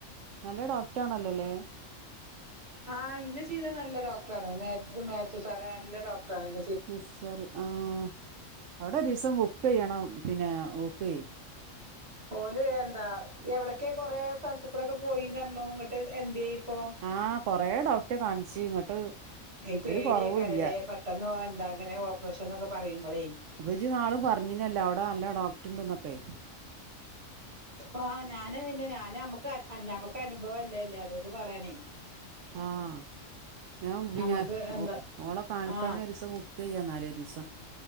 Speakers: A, on the right; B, on the right.
A: നല്ല ഡോക്ടണല്ലോല്ലേ
B: ആഹ് ഇന്ന ചെയ്തത് നല്ല ഡോക്ടറണ് മാത്യു മാത്യു സാറ നല്ല ഡോക്ടറണ് എൻ
A: സ് സാറ് ആഹ് അവിടെ ഒരു ദിസം ബുക്കെയ്യണം പിന്നെ ഓക്കെ
B: ഓല് എന്താ എവിടൊക്കെ കൊറെേ സ്ഥലത്ത് കൂടെക്കെ പോയിന്നറഞ്ഞു എന്നിട്ട് എന്തേ ഇപ്പൊ
A: ആഹ് കുറേ ഡൗറ്റ് കാണിച്ച് ഇങ്ങോട്ട്
B: ഈ പേടിയൊക്കാരല്ലേ
A: ഒരു കുറവുമില്ല
B: പെട്ടെന്ന് എന്താ അങ്ങനെ ഓപ്പറേഷൻ എന്നൊക്കെ പറയുമ്പോളേ
A: അപ്പച്ചി നാൾ പറഞ്ഞിനല്ലോ അവിടെ നല്ല ഡോക്ടർ ഉണ്ടന്നൊക്കെ
B: ആഹ് ഞാന് ന്നെ ഞാന് നമ്മക്ക് നമ്മക്ക് അനുഭവല്ലേല്ലേ അതോണ്ട് പറയണേ
A: ആഹ് ഞാൻ പിന്നെ
B: നമ്മക്ക് എന്താ
A: ഓ ഓളെ കാണിക്കാനെ
B: ആ
A: ഒരുസ ക്ക് യ്യാം നാലൊരു ദിവസം